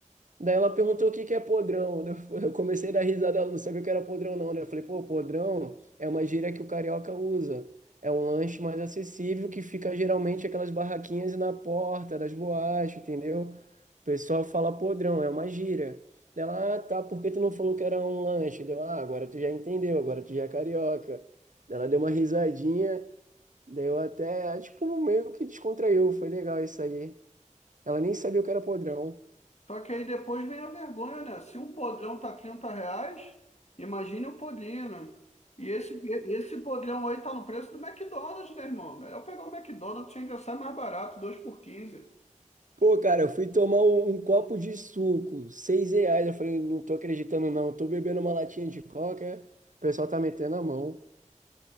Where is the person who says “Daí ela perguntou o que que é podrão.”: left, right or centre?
Right